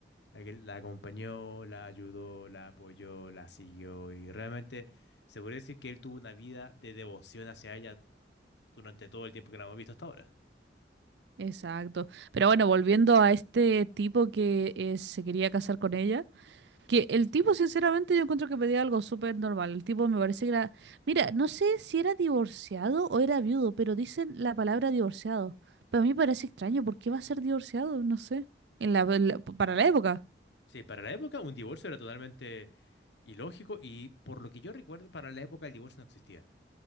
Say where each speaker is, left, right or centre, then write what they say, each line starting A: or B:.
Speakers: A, on the left (about 80°); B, on the right (about 75°).
A: la que la acompañó, la ayudó, la apoyó, la siguió y realmente se podría decir que él tuvo una vida de devoción hacia ella durante todo el tiempo que la hemos visto hasta ahora.
B: Exacto. Pero bueno, volviendo a este tipo que eh, se quería casar con ella, que el tipo, sinceramente, yo encuentro que pedía algo súper normal. El tipo me parece que era, mira, no sé si era divorciado o era viudo, pero dicen la palabra divorciado. para mí parece extraño, ¿por qué va a ser divorciado? No sé. En la, en la- para la época.
A: Sí, para la época un divorcio era totalmente ilógico y por lo que yo recuerdo, para la época el divorcio no existía.